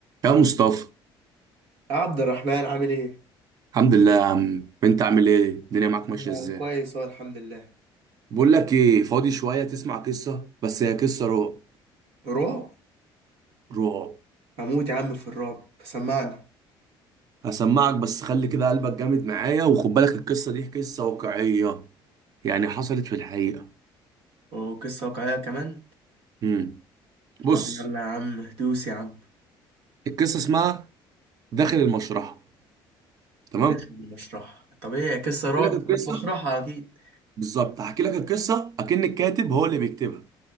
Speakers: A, on the right (about 45°); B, on the right (about 85°).
A: يا مصطفى
B: عبد الرحمن عامل ايه؟
A: الحمد لله يا عم انت عامل ايه الدنيا معاك
B: انا
A: ماشيه ازاي
B: كويس اهو الحمد لله
A: بقول لك ايه فاضي شويه تسمع قصه بس هي قصه رعب
B: رعب؟
A: رعب
B: هموت يا عم في الرعب سمعني
A: هسمعك بس خلي كده قلبك جامد معايا وخد بالك القصه دي قصه واقعيه يعني حصلت في الحقيقه
B: وقصة واقعية كمان؟
A: امم بص
B: طب يلا يا عم دوس يا عم
A: القصه اسمها داخل المشرحه تمام
B: داخل المشرحة طبيعي قصة
A: احكي
B: رعب
A: لك القصه
B: تبقى في مشرحة أكيد
A: بالظبط هحكي لك القصه اكن الكاتب هو اللي بيكتبها